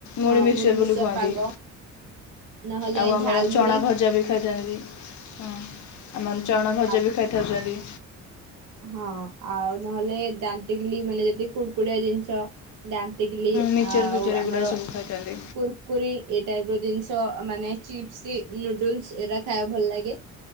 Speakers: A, on the left; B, on the right.
A: ମୁଢ଼ି
B: ହଁ
A: ମିକ୍ସଚର
B: ମୁଢି
A: ବୋଲି କୁହନ୍ତି।
B: ପାଗ ନହେଲେ
A: ଆଉ ଆମର
B: ଝାଲମୁଢି
A: ଚଣା ଭଜା ବି ଖାଇଥାନ୍ତି। ହଁ ଆମର ଚଣା ଭଜା
B: ଆ
A: ବି ଖାଇଥାଉଛନ୍ତି।
B: ହଁ ଆଉ ନହଲେ ଦାନ୍ତିକିଲି ମାନେ ଯେତେ କୁଡକୁଡିଆ ଜିନିଷ। ଦାନ୍ତିକିଲି
A: ମିକ୍ସଚର୍
B: ଆଉ
A: ଫିକ୍ସଚର୍
B: ଆମର
A: ଏଗୁଡ଼ା ସବୁ ଖାଇଥାନ୍ତି
B: କୁର୍ କୁରି ଏ ଟାଇପ ର ଜିନିଷ ମାନେ ଚିପ୍ସ ନୁଡୁଲସ ଏରା ଖାଇବାକୁ ଭଲ ଲାଗେ।